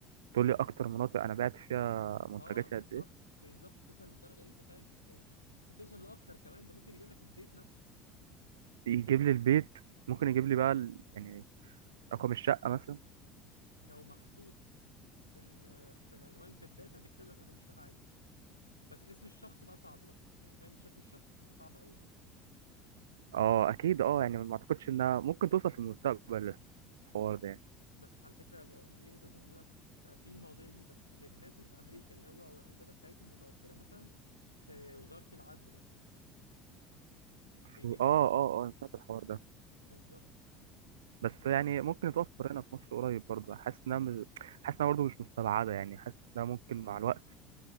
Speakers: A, on the right; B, on the left.
A: تقول لي أكتر مناطق أنا بعت فيها منتجاتي
B: اه بالظبط
A: قد إيه
B: بالظبط توصل للدرجه دي تخيل بز... يعني وتوصل لاكتر كمان ده ممكن يجيب لك البيت نفسه
A: يجيب لي البيت ممكن يجيب لي بقى ال- يعني رقم الشقة مثلا
B: لو محطوط في ال... في العنوان في الداتا بيكتب لك رقم الشقه عادي بس اسم الشخص بقى صعب بقى يعني فاهم شكل الشخص بيبقى صعب قوي دي
A: أه أكيد أه يعني ما أعتقدش إنها ممكن توصل في المستقبل الحوار ده يعني
B: بقى على فكرة بقى- ليه بتوصل في الموضوع بقى في المواضيع دي بس للناس اللي في أمريكا اللي هو الداتا بتاعتهم متوفرة مثلا في وزارة العدل مثلا بيجيبوا
A: أه أه أه أنا سمعت الحوار ده
B: بالظبط
A: بس
B: فاهم
A: يعني ممكن يتوفر هنا في مصر قريب برضه حاسس إنها مش- حاسس إنها برضه مش مستبعدة يعني حاسس إنها ممكن مع الوقت